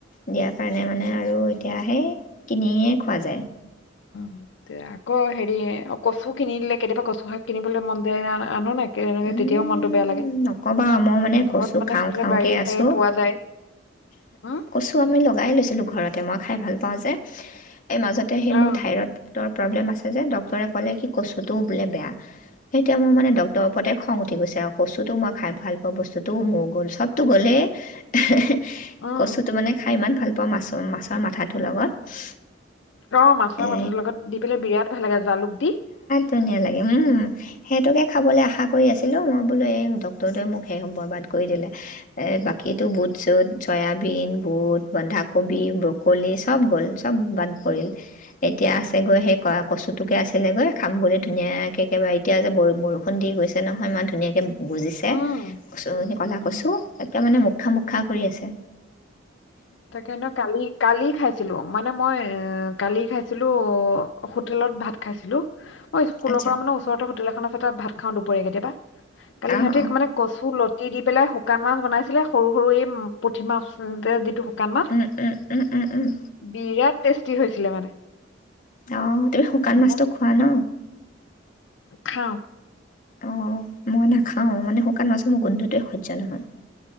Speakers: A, on the left (about 45°); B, on the left (about 70°).
A: দিয়াৰ কাৰণে মানে আৰু। তেতিয়াহে। কিনিয়ে খোৱা যায়।
B: অ', <unintelligible> অ', হেৰিয়ে, অ', কচু কিনি দিলে কেতিয়াবা কচু। প্ৰসাদ কিনিবলৈ মন্দিৰ আনো নাই। এনেকে,
A: উম,
B: তেতিয়াও মনটো বেয়া লাগে
A: নকবা মই মানে
B: ঘৰত
A: কচু
B: মানে
A: খাওঁ
B: সেইফালে
A: খাওঁ
B: বাৰীয়ে
A: কে আছোঁ,
B: চাৰীয়ে পোৱা যায় উম
A: কচু আমি লগাই লৈছিলোঁ ঘৰত। মই খাই ভাল পাওঁ যে। এই মাজতে সেই
B: অ
A: মোৰ থাইৰড টৰ প্ৰব্লেম আছে যে, ডক্টৰে ক'লে কি কচুটো বোলে বেয়া। সেই এতিয়া মোৰ মানে ড তৰ ওপৰতে খং উঠি গৈছে আৰু কচুটো মই খাই ভাল পোৱা বস্তুটো মোৰ গ'ল চবতটো গ'লেই।
B: উম
A: কচুটো মানে খ খাই ইমান ভাল পাওঁ, মাছ মাছৰ মাথাটোৰ লগত।
B: অ', মাছৰ
A: এ
B: মাথাটোৰ লগত দি পেলাই বিৰাট ভাল লাগে, জালুক দি।
A: ধনীয়া লাগে উম, সেইটোকে খাবলৈ আশা কৰি আছিলোঁ মই বোলো এই ডক্টৰটোৱে মোক সেই বৰবাদ কৰি দিলে। এ, বাকীটো বুট চুট, জয়াবিন, বুট, বন্ধাকবি, ব্ৰকলি চব গ'ল চব বাদ পৰিল। এতিয়া আছেগৈ সেই কয়া-কচুটোকে আছিলেগৈ খাম বুলি ধুনীয়াকে একেবাৰে এতিয়া যে বৰু <unintelligible> খুন্দি গৈছে নহয় ইমান ধুনীয়াকে গজিছে,
B: উম
A: কচুখিনি ক'লা
B: উম
A: কছু, একে মানে মোক খা‌ মোক খা কৰি আছে।
B: তাকে ন, কালি- কালি খাইছিলোঁ। মানে মই এ কালি খাই ছিলোঁ হোটেলত ভাত খাইছিলোঁ অ' স্কুলৰ
A: আচ্ছা
B: পৰা মানে ওচৰতে হোটেল এখন আছে, তাত ভাত খাওঁ দুপৰীয়া কেতিয়াবা। কালি
A: অঁ
B: সিহঁতি মানে কচু লত ই দি পেলাই শুকান মাছ বনাইছিলে, সৰু সৰু এই পুঠি মাছ যে যিটো শুকান মাছ
A: উম-উম-উম-উম- উম।
B: বিৰাট টেষ্টি হৈছিলে মানে।
A: অ', তুমি শুকান
B: উম,
A: মাছটো
B: মই
A: খোৱা ন?
B: খাওঁ।
A: অ', মই নাখাওঁ, মানে শুকান মাছৰ মোৰ গোন্ধটোৱে সহ্য নহয়।